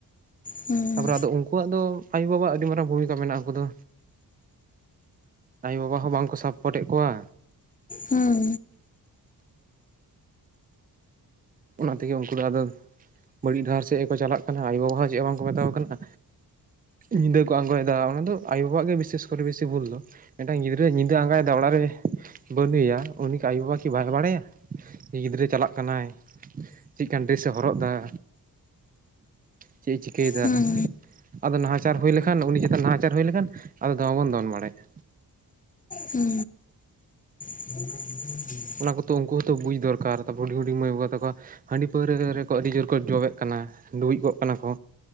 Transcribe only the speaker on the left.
ᱦᱩᱸ
ᱦᱩᱸ
ᱦᱩᱸ
ᱦᱩ, <inaudible>